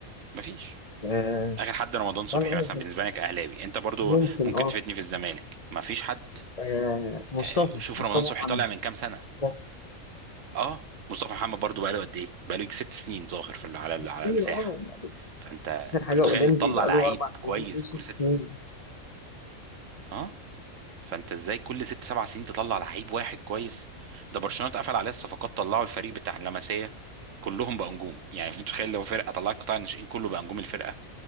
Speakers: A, on the right; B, on the left.
A: مفيش
B: آه
A: اخر حد رمضان صبحي
B: فأنا أقول
A: مثلا بالنسبة لك اهلاوي انت برضو
B: ممكن
A: ممكن
B: اه
A: تفيدني في الزمالك مفيش حد
B: آه، مصطفى
A: آه، شوف
B: مصطفى
A: رمضان صبحي
B: محمد
A: طالع من كام سنة
B: بس
A: اه مصطفى محمد برضو بقاله قد ايه بقاله يجي ست سنين ظاهر في ال- على ال-
B: كتير
A: على الساحة
B: اه
A: فانت انت
B: آخر حاجة
A: متخيل
B: أولمبي
A: تطلع
B: بقى
A: لعيب
B: له أربع
A: كويس
B: سنين أو ست
A: كل ست
B: سنين
A: سنين اه فانت ازاي كل ست سبع سنين تطلع لعيب واحد كويس ده برشلونه اتقفل عليه الصفقات طلعوا الفريق بتاع اللمسيه كلهم بقى نجوم يعني <laughs> متخيل لو فرقه طلعت قطاع الناشئين كله بقى نجوم الفرقه